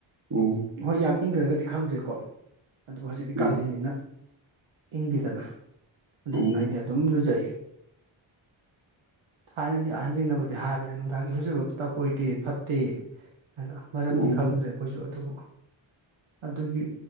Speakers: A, on the right; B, on the right.
A: ꯎꯝ
B: ꯍꯣꯏ ꯌꯥꯝ ꯏꯪꯈ꯭ꯔꯒꯗꯤ ꯈꯪꯗ꯭ꯔꯦꯀꯣ ꯑꯗꯨꯕꯨ ꯍꯧꯖꯤꯛꯇꯤ
A: ꯎꯝ
B: ꯀꯥꯂꯦꯟꯅꯤ ꯅ ꯏꯪꯗ‌ꯦꯗꯅ ꯑꯗꯨꯗꯨꯅ
A: ꯎꯝ
B: ꯑꯩꯗꯤ ꯑꯗꯨꯝ ꯂꯨꯖꯩ <unintelligible> ꯊꯥꯏꯅꯒꯤ ꯑꯍꯟꯁꯤꯡꯅꯕꯗꯤ ꯍꯥꯏꯕꯅꯤ ꯅꯨꯡꯗꯥꯡ ꯏꯍꯧꯖꯕ ꯇꯐ ꯍꯣꯏꯗꯦ ꯐꯠꯇꯦ ꯍꯥꯏꯅ ꯃꯔꯝꯗꯤ
A: ꯎꯝ
B: ꯈꯪꯗ꯭ꯔꯦ ꯑꯩꯈꯣꯏꯁꯨ ꯑꯗꯨꯕꯨ ꯑꯗꯨꯒꯤ